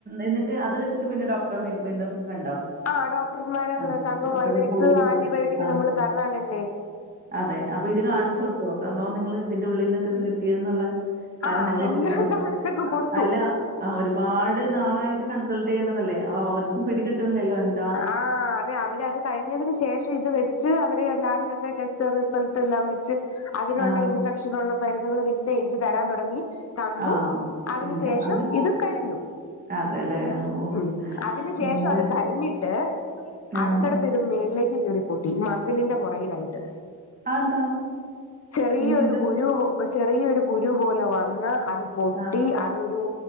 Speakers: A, on the right; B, on the left.
A: എന്നിട്ട് അത് വെച്ചിട്ട് പിന്നെ ഡോക്ടറെ വീണ്ടും പോയി കണ്ടോ
B: ആഹ് ഡോക്ടർമാര്
A: ആഹ്.
B: തന്ന
A: അതൊക്കെ
B: ഇവർക്ക്
A: പോയി
B: ആന്റിബയോട്ടിക്ക്
A: ആഹ്
B: നമ്മൾ തരണാലല്ലേ
A: അതെ അപ്പൊ ഇത് കാണിച്ചു കൊടുത്തോ സംഭവം നിങ്ങൾ ഇതിന്റെ ഉള്ളിൽ നിന്ന് ഇത് ഇത് കിട്ടിയത് എന്നുള്ള കാരണം
B: ആഹ്
A: നിങ്ങൾ
B: അതെല്ലാം
A: ഒരു
B: കാണിച്ചൊക്കെ കൊടുത്തു
A: അല്ല ആഹ് ഒരുപാട് നാളായിട്ട് കൺസൾട്ട് ചെയ്യണതല്ലേ അ അവർക്കും പിടിികിട്ടണില്ലല്ലോ എന്താ
B: ആഹ് അതെ അവരത് കഴിഞ്ഞതിന് ശേഷം ക്ഷ ഇത് വെച്ച് അവ ലാബിലൊക്കെ ടെസ്റ്റ് റിസൾട്ട് എല്ലാം വെച് അതിനുള
A: ആഹ്
B: ഭക്ഷണ മരുന്നകളും ഇന്ന എനിക്ക് തരാൻ തുടങ്ങി തന്നു
A: ആഹ്.
B: അതിനു
A: പിന്നെ
B: ശേഷം
A: അങ്ങനെ
B: ഇത് കരിഞ്ഞു
A: അതെല്ലേ ഓഹ്!
B: ഉം അതിന് ശേഷം
A: എന്താ
B: അത് കരിഞ്ഞിട്ട്
A: ആഹ്.
B: അടുത്തടുത്ത് ഇത് മുകളിലേക്ക് കീറി പോട്ടി മസലിന്റെ പുറയിലായിട്ട്
A: അതെന്താ?
B: ചെറിയൊരു
A: വീണ്ടും
B: കുരുവോ ചെറിയൊരു കുരു പോലെ വന്ന് അത് പൊട്ടി
A: ആഹ്.
B: അതൊരു